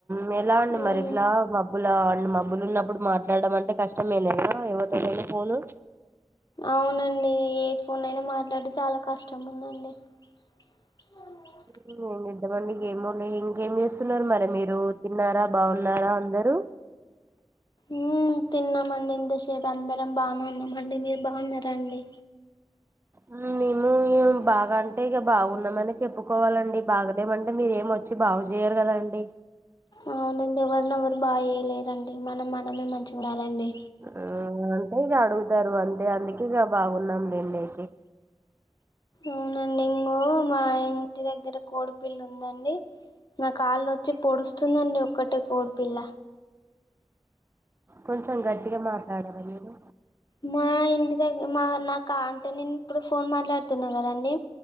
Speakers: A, on the right; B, on the left.
A: మెలాండి
B: ఉమ్
A: మరిట్లా మబ్బులా అండి మబ్బులున్నప్పుడు మాట్లాడం అంటే కష్టమేలీగా ఎవరితోటైనా ఫోను
B: అవునండి ఏ ఫోన్ అయినా మాట్లాడి చాలా కష్టం ఉందండి అవు <unintelligible>
A: ఇంగేమ్ ఇద్దమండి గేమోలే ఇంకేం చేస్తున్నారు మరి మీరు తిన్నారా బావున్నారా అందరూ.
B: ఊ తిన్నామండి ఇంతసేప్ అందరం బానే ఉన్నామండి. మీరు బావున్నరా అండి.
A: ఉమ్మ్మ్ మిము బాగాన్ టే ఇగ బాగున్నామనె చెప్పుకోవాలండి. బాగలేమంటే మీరేమ్ ఒచ్చి బాగు చేయరు కదండి.
B: అవునండి ఎవరిన్ ఎవరు బాగ్ చేయలేరండి మనం మనమే మంచ్ ఉండాలండి
A: ఆ అంటే ఇగ అడుగుతారు అంతే అందుకే ఇగ బాగున్నాం లెండయితే
B: అవునండి ఇంగో మా ఇంటి దగ్గర కోడిపిల్లుందండి నా కాళ్ళుచ్చి పొడుస్తుందండి ఒక్కటే కోడిపిల్ల.
A: కొంచెం గట్టిగ మాట్లాడరా మీరు
B: మా ఇంటి దగ్గ మా నాక అంటె నేన్ ఇప్పుడు ఫోన్ మాట్లాడుతున్నా కదండి